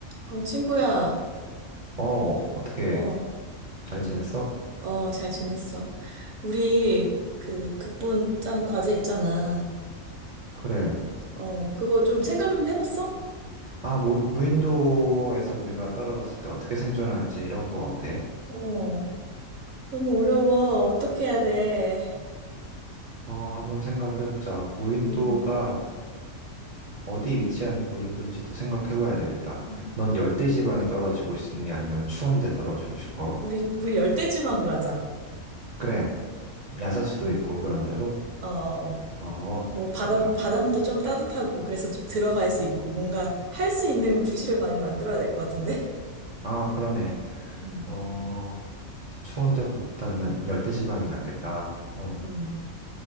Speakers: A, on the right; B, on the right.
A: 어, 친구야,
B: 어, 어떻게
A: 어,
B: 잘 지냈어?
A: 어, 잘 지냈어. 우리, 그, 극본 짜는 과제 있잖아.
B: 그래.
A: 어, 그거 좀 생각 좀 해봤어?
B: 아, 무, 무인도에서 우리가 떨어졌을 때 어떻게 생존할지 이런 거 어때?
A: 어, 너무 어려워. 어떻게 해야 돼?
B: 어, 한번 생각을 해보자. 무인도가
A: 음,
B: 어디 위치한 무인도인지도 생각해봐야 되겠다.
A: 음.
B: 넌 열대지방에 떨어지고 싶니? 아니면 추운 데 떨어지고 싶어?
A: 우리, 우리 열대지방으로 하자.
B: 그래. 야자수도 있고 그런 데로?
A: 어, 어. 어.
B: 어,
A: 뭐, 바다,
B: 좋다.
A: 바닷물도 좀 따뜻하고, 그래서 좀 들어갈 수 있고, 뭔가 할 수 있는 구실을 많이 만들어야 될 것 같은데?
B: 아, 그러네.
A: 음,
B: 어, 추운 데보다는 열대지방이 낫겠다. 어,
A: 음.